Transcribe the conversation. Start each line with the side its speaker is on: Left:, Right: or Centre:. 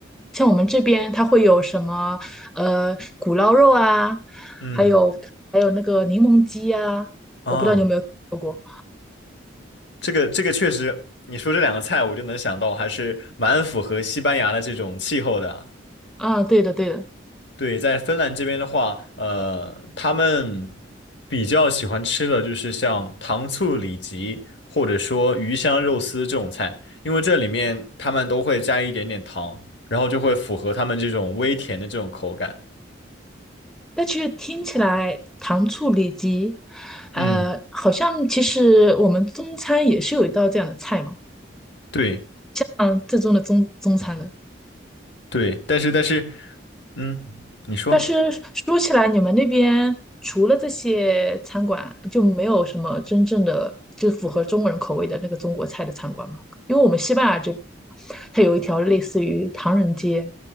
Centre: 像我们这边，它会有什么呃古捞肉啊，
Left: 嗯，
Centre: 还有还有那个柠檬鸡啊，
Left: 啊，
Centre: 我不知道你有没有吃过
Left: 这个这个确实，你说这两个菜，我就能想到，还是蛮符合西班牙的这种气候的啊
Centre: 啊？对的，对的。
Left: 对，在芬兰这边的话，呃，他们比较喜欢吃的就是像糖醋里脊，或者说鱼香肉丝这种菜，因为这里面他们都会加一点点糖，然后就会符合他们这种微甜的这种口感。
Centre: 但其实听起来糖醋里脊，
Left: 嗯，
Centre: 呃，好像其实我们中餐也是有一道这样的菜嘛，
Left: 对
Centre: 嗯，正宗的中中餐的。
Left: 对，但是但是，嗯，你说，
Centre: 但是说起来，你们那边除了这些餐馆，就没有什么真正的就符合中国人口味的那个中国菜的餐馆吗？因为我们西班牙这边，它有一条类似于唐人街，